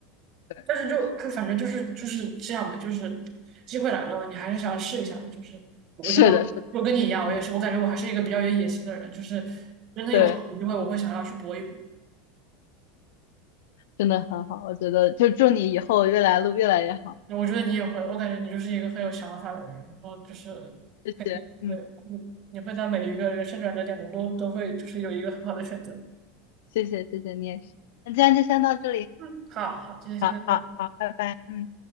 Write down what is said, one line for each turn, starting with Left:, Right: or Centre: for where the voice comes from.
Left: 对。
Right: 但是就就反正就是就是这样吧，
Left: 确实。
Right: 就是机会来了嘛，你还是想试一下的。就是我觉得我跟你一样，
Left: 是的，是的，
Right: 我也是，
Left: 嗯，
Right: 我感觉我还是一个比较有野心的人，就是真的有好的机会，
Left: 对，
Right: 我会想要去搏一搏。
Left: 真的很好，我觉得就祝你以后越来路越来越好，
Right: 那我觉得你也会，我感觉你就是一个很有想法的人，然后就是肯定会，
Left: 谢谢，嗯，
Right: 你你会在每一个人生转折点中都都会就是有一个很好的选择。
Left: 谢谢，谢谢你也是，那今天就先到这里，
Right: 嗯，好好，今天现在。
Left: 好好好，拜拜，嗯。